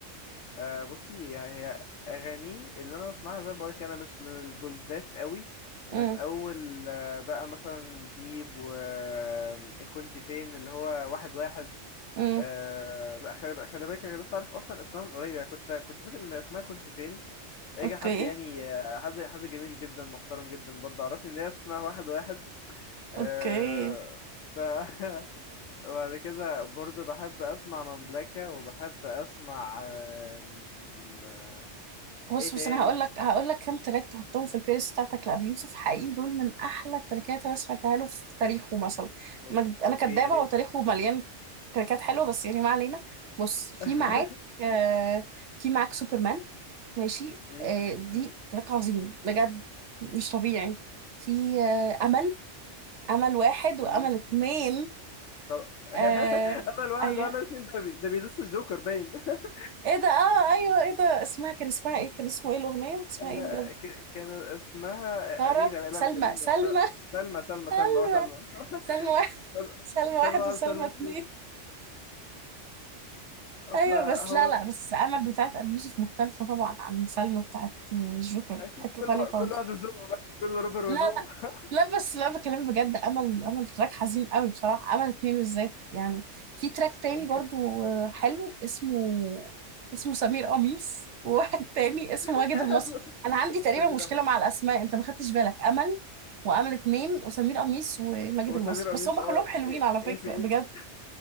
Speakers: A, on the left (about 85°); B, on the right (about 70°).
A: آه بصي يعني هي اغانيه اللي انا بسمعها زي ما بقولك انا مش من الجولدات قوي
B: امم
A: من اول آه بقى مثلا ديب و آه، إيه كنت فين اللي هو واحد واحد
B: امم
A: آه لا خلي بالك خلي بالك انا لسه عارف اصلا اسمها من قريب يعني كنت كنت فاكر ان اسمها كنت فين اجى
B: أوكي
A: حد يعني آه، حد حد جميل جدا محترم جدا برضه عرفني ان هي اسمها واحد واحد آه،
B: أوكي
A: ف <laughs> وبعد كده برضه بحب اسمع مملكة وبحب اسمع آم، آه،
B: بص
A: ايه
B: بص
A: تاني
B: انا هقول لك هقول لك كام تراك تحطهم في البلاي ليست بتاعتك لابي يوسف حقيقي دول من احلى التراكات انا سمعتها له في تاريخه مثلا
A: أوك-
B: مجد... انا
A: اوكي
B: كدابه
A: يا ريت
B: وتاريخه مليان تراكات حلوه بس يعني ما علينا بص في
A: <laughs>
B: معاك آه في معاك سوبرمان ماشي
A: أمم،
B: آه دي
A: أمم،
B: تراك عظيم بجد مش
A: أمم،
B: طبيعي في آه امل امل واحد وامل
A: أمم.
B: اتنين
A: طب <laughs>
B: آه
A: امل واحد
B: ايوه
A: وامل اتنين ده بي- ده بيدس الجوكر باين <laughs>
B: ايه ده اه ايوه ايه ده اسمها كان اسمها ايه كان اسمه ايه الاغنيه اسمها
A: آه،
B: ايه بجد
A: ك- كان اسمها
B: سارة
A: اميرة
B: سلمى
A: لا مش اميرة
B: سلمى
A: س- سلمى سلمى
B: <laughs>
A: سلمى اه سلمى
B: سلمى سلمى واحد
A: سنة
B: سلمى واحد
A: سنة واحدة
B: وسلمى
A: سنة
B: اتنين
A: اتنين <laughs>
B: ايوه
A: فهو
B: بس لا لا بس امل بتاعت ابي يوسف مختلفه طبعا عن سلمى بتاعت الجوكر
A: أكيد
B: حته
A: كل
B: تانية خالص
A: كل واحد وذوقه بقى كل رابر
B: لا
A: وذوقه
B: لا لا بس لا بكلم بجد امل امل تراك حزين قوي بصراحه امل اتنين بالذات يعني في تراك تاني
A: ممكن
B: برضو آه، حلو اسمه اسمه سمير قميص وواحد تاني اسمه
A: <laughs>
B: واجد المصري انا عندي تقريبا
A: سمير
B: مشكله
A: قميص
B: مع الاسماء انت ما خدتش بالك امل وامل اتنين وسمير قميص وماجد
A: وسمير
B: المصري
A: قميص
B: بس هم
A: اه
B: كلهم حلوين
A: ايه
B: على فكره
A: إيه في ايه
B: بجد